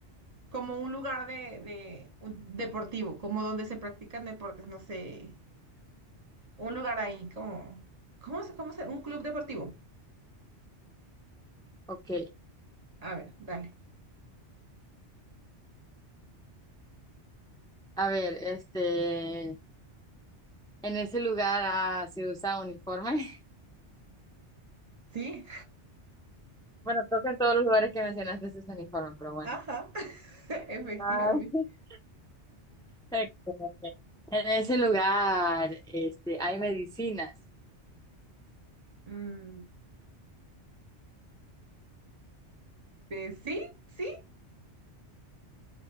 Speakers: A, on the right; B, in the centre.
A: como un lugar de, de- un deportivo, como donde se practican deportes, no sé, un lugar ahí como, ¿cómo se, cómo se, un club deportivo?
B: ok.
A: A ver, dale.
B: A ver, este, en ese lugar ah, se usa uniforme. <laughs>
A: Sí,
B: Bueno, creo que en todos los lugares que mencionaste se usa uniforme, pero bueno.
A: ajá, <laughs> efectivamente.
B: Ah, <laughs> perfecto, perfecto. En ese lugar, este, hay medicinas,
A: Mm, eh, sí, sí,